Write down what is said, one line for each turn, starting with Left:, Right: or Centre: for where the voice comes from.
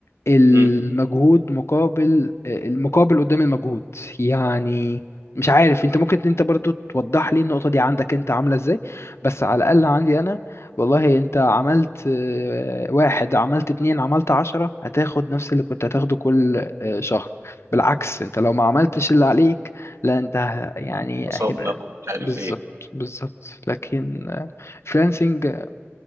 Left: المجهود
Right: إمم.
Left: مقابل المقابل قدام المجهود يعني مش عارف انت ممكن انت برضو توضح لي النقطة دي عندك انت عاملة ازاي بس على الأقل عندي انا والله انت عملت آه، واحد عملت اتنين عملت عشرة هتاخد نفس اللي كنت هتاخده كل آه، شهر بالعكس انت لو ما عملتش اللي عليك لا انت ه- يعني
Right: وصاملك
Left: هيبقى
Right: ومش عارف
Left: بالظبط
Right: إيه.
Left: بالظبط لكن آه، فريلانسنج آه،